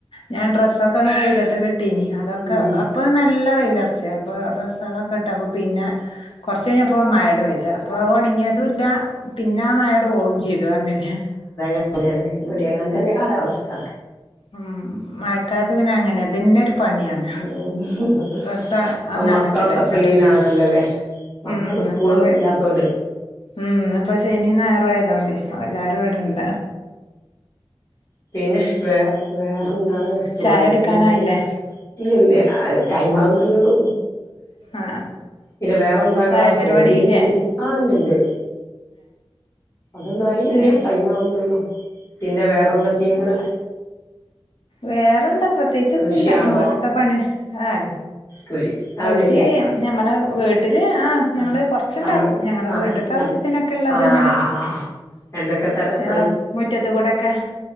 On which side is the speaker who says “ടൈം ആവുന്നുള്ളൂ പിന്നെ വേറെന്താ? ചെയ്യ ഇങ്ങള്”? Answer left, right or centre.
Left